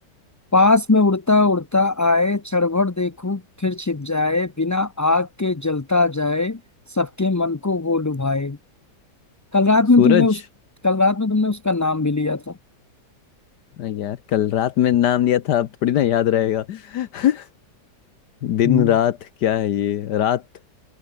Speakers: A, on the left; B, on the left.
A: पास में उड़ता उड़ता आए क्षण भर देखूं फिर छिप जाए बिना आग के जलता जाए सबके मन को वो लुभाए कल रात में
B: सूरज
A: तुमने उस कल रात में तुमने उसका नाम भी लिया था <laughs>
B: अरे यार कल रात में नाम लिया था अब थोड़ी ना याद रहेगा <laughs> दिन
A: हम्म,
B: रात क्या है ये रात